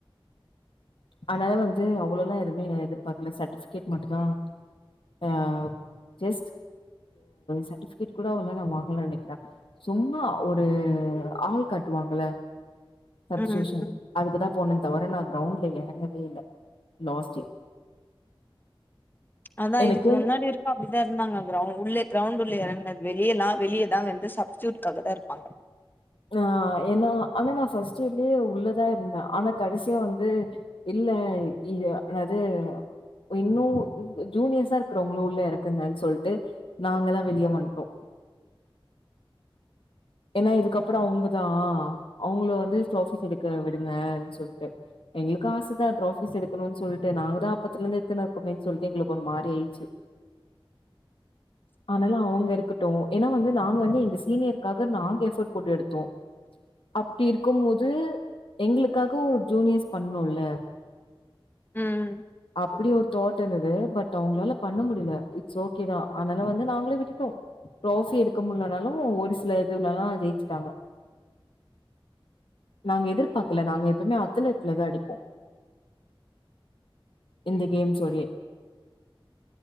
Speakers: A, on the left (about 70°); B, on the left (about 20°).
A: அனால வந்து அவ்ளலா எதுவுமே நா எதிர்ப்பாக்கல சர்ட்டிஃபிகேட் மட்டும்தா ஆ ஜஸ்ட் சர்டிஃபிகேட் கூட அவளோ நா வாங்கல நெனைக்கிறேன் சும்மா ஒரு ஆள் காட்டு வாங்கல சப்ஸ்டியுஷன்
B: ம்
A: அதுக்குதா போனே தவர நான் கிரௌண்ட்ல இறங்கவே இல்ல லாஸ்ட் இயர்
B: அதா
A: எனக்கே
B: இதுக்கு முன்னாடி வரைக்கோ அப்படிதா இருந்தாங்க க்ரௌண்டுல்ல இறங்கனது வெளியெல்லா வெளியதா வந்து சப்ஸ்டியூட்காகதா இருப்பாங்க
A: ஆ ஏனா ஆனா நான் ஃபர்ஸ்ட் இயர்லயே உள்ளதா இருந்த ஆனா கடைசியா வந்து இல்ல இத இன்னாது இன்னோ ஜூனியர்ஸா இருக்றவங்கள உள்ள இறக்குங்கனு சொல்ட்டு நாங்கலா வெளிய வன்டோம் ஏன்னா இதுக்கப்புறோ அவுங்கதா அவுங்கள வந்து ட்ராஃபிஸ் எடுக்க விடுங்கனு சொல்ட்டு எங்குளுக்கு ஆசதா ட்ராஃபிஸ் எடுக்கணோனு சொல்ட்டு நாங்கதா அப்பத்துலந்து எத்துனு இருக்குமேன்னு சொல்ட்டு எங்குளுக்கு ஒரு மாரி ஆயிச்சு ஆனாலோ அவுங்க இருக்கட்டோ ஏன்னா வந்து நாங்க வந்து எங்க சீனியர் காக நாங்க எஃபர்ட போட்டு எடுத்தோம் அப்டி இருக்கும் போது எங்குளுக்காக ஒ ஜூனியர்ஸ் பண்லோல
B: ம்
A: அப்படி ஒரு தாட் இருந்தது பட் அவுங்களால பண்ண முடியுல இட்ஸ் ஓகே தா அனால வந்து நாங்களே விட்டுட்டோ ட்ராஃபி எடுக்க முடியலனாலோ ஒரு சில இதுலல்லா ஜெயிச்சுட்டாங்க நாங்க எதிர்பாக்கல நாங்க எப்பவுமே அத்தலத்துலதா அடிப்போ இந்த கேம்ஸோடயே